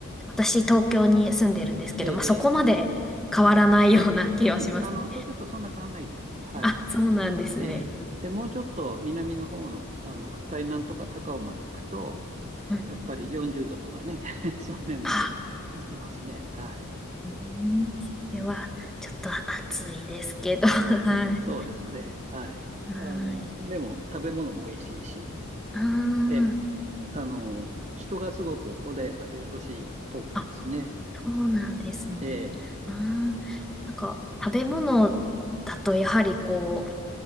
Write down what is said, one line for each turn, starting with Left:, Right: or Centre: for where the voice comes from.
Centre: 私東京に住んでるんですけど、
Right: ええ、
Centre: まあ、そこまで変わらないような
Right: ええ。
Centre: <laughs> 気はしますね。
Right: うん。あの、東京とそんな変わんないですよ。はい。
Centre: あ、そうなんですね。
Right: ええ。で、もうちょっと南の方の、あの、台南とか高雄まで行くと、
Centre: うん。
Right: やっぱり40度とかね、<laughs> その辺まで行きますね。
Centre: あ、
Right: はい。
Centre: うん。それは、ちょっと暑いですけど、<laughs> はい。
Right: そうですね。はい。
Centre: はい。
Right: あの、でも食べ物も美味しいし、
Centre: あ
Right: ええ。あの、人がすごく穏やかで優しいところですね。
Centre: あ、あ、そうなんですね。
Right: ええ。
Centre: ああ、なんか、食べ物だとやはりこ